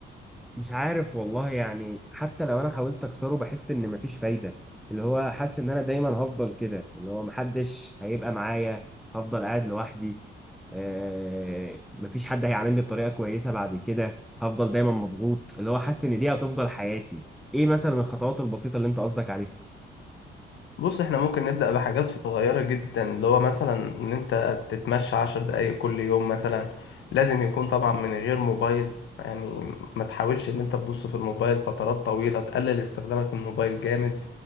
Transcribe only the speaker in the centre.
مش عارف والله يعني حتى لو انا حاولت اكسره بحس ان مفيش فايده اللي هو حاسس ان انا دايما هفضل كده اللي هو محدش هيبقى معايا هفضل قاعد لوحدي آه مفيش حد هيعاملني بطريقه كويسه بعد كده هفضل دايما مضغوط اللي هو حاسس ان دي هتفضل حياتي ايه مثلا الخطوات البسيطه اللي انت قصدك عليها